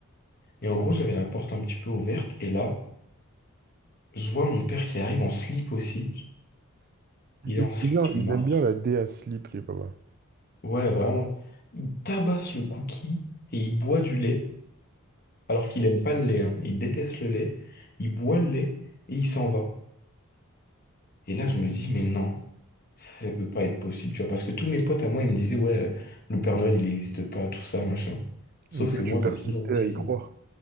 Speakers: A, on the left; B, on the right.
A: Et en gros, j'avais la porte un petit peu ouverte, et là, je vois mon père qui arrive en slip aussi. Il
B: Ils
A: est en
B: aiment
A: slip,
B: bien,
A: il
B: ils
A: marche.
B: aiment bien la dé à slip, les papas.
A: Ouais, vraiment. Il tabasse le cookie et il boit du lait, alors qu'il aime pas le lait, hein. Il déteste le lait. Il boit le lait et il s'en va. Et là, je me dis, mais non. Ça peut pas être possible, tu vois, parce que tous mes potes à moi, ils me disaient, ouais, euh, le Père Noël, il n'existe pas, tout ça, machin. Sauf
B: Et toi,
A: que
B: tu
A: moi,
B: persistais
A: j'ai toujours dit,
B: à y croire.